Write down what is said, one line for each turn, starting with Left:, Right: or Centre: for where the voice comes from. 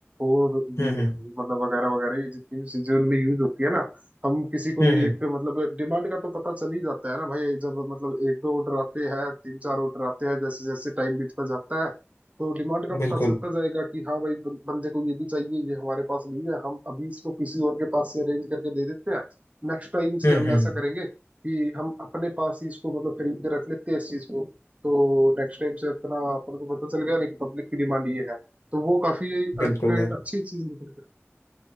Right: और भी
Left: हम्म
Right: मतलब
Left: हम्म
Right: वगैरह वगैरह ये जितनी भी चीजें उनमें यूज होती है ना हम किसी को
Left: हम्म
Right: भी एक मतलब डिमांड का तो पता चल ही जाता है ना भाई जब मतलब एक दो ऑर्डर आते हैं तीन चार ऑर्डर आते हैं जैसे जैसे टाइम बीतता जाता है तो
Left: हम्म,
Right: डिमांड का
Left: बिल्कुल
Right: पता चलता जाएगा कि हाँ भाई बं- बंदे को ये भी चाहिए ये हमारे पास नहीं है हम अभी इसको किसी और के पास से अरेंज करके दे देते हैं नेक्स्ट टाइम
Left: हम्म
Right: से हम
Left: हम्म
Right: ऐसा करेंगे कि हम अपने पास ही इसको मतलब खरीद के रख लेते हैं इस चीज को तो नेक्स्ट टाइम से अपना अपन को पता चल गया नहीं कि पब्लिक की डिमांड ये है तो वो काफी एक
Left: बिल्कुल यार
Right: अच्छी चीज निकल के